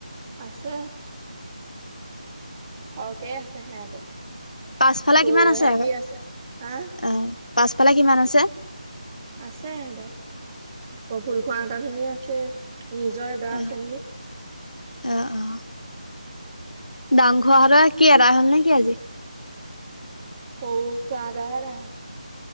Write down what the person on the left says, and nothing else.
পাছফালে
কিমান
আছে আকৌ
অ পাছফালে কিমান আছে?
অ
অ, অ, দাং খুৰাহেতৰ কি এডাই হ'ল নেকি আজি?